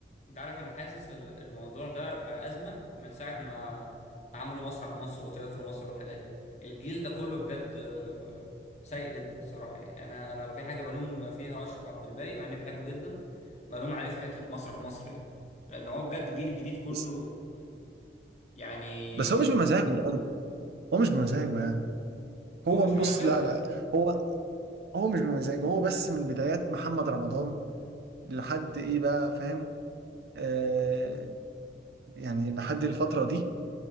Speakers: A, on the left; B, on the right.
A: انت عارف انا حاسس ال- الموضوع ده بقى ازمه من ساعه ما عملوا مسرح مصر وتياترو مصر والحاجات دي الجيل ده كله بجد آه، سيء جدا الصراحه يعني انا انا لو في حاجه بلوم فيها اشرف عبد الباقي مع اني بحبه جدا بلوم عليه في حته مسرح مصر دي لان هو بجد الجيل الجديد كله
B: بس
A: يعني
B: بس هو مش بمزاجه برضه هو مش بمزاجه يعني هو
A: هو مش
B: بص
A: مزاج
B: لا
A: يعني
B: لا هو هو مش بمزاجه هو بس من بدايات محمد رمضان لحد ايه بقى فاهم آه يعني لحد الفترة دي